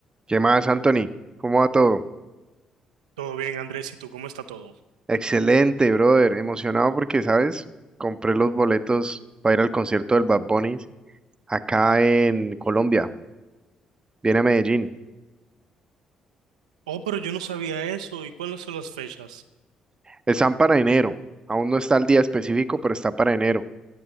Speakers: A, on the right (about 25°); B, on the right (about 85°).
A: ¿Qué más, Anthony? ¿Cómo va todo?
B: Todo bien, Andrés, ¿y tú cómo está todo?
A: Excelente, brother. Emocionado porque, ¿sabes? Compré los boletos para ir al concierto del Bad Bunny acá en Colombia. Viene a Medellín.
B: Oh, pero yo no sabía eso. ¿Y cuáles son las fechas?
A: Están para enero. Aún no está el día específico, pero está para enero.